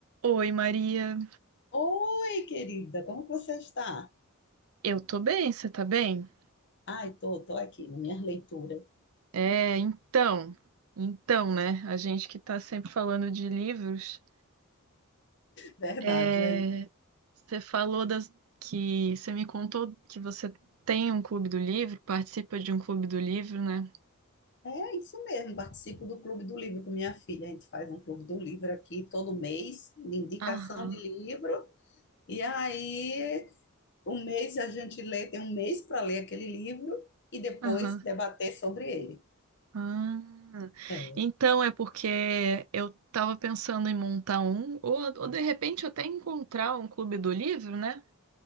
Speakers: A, on the right (about 75°); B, on the left (about 55°).
A: Oi, Maria.
B: Oi, querida, como que você está?
A: Eu tô bem, você tá bem?
B: Ai, tô, tô aqui na minha leitura.
A: É, então, então, né? A gente que tá sempre falando de livros,
B: Verdade,
A: é,
B: é,
A: você falou das, que você me contou que você tem um clube do livro, participa de um clube do livro, né?
B: é isso mesmo. Participo do Clube do Livro com minha filha. A gente faz um Clube do Livro aqui todo mês, de indicação
A: Aham,
B: de livro. E aí, um mês a gente lê, tem um mês para ler aquele livro e depois
A: aham.
B: debater sobre ele.
A: Ah,
B: É
A: então é porque eu tava pensando em montar um, ou, ou de repente até encontrar um clube do livro, né?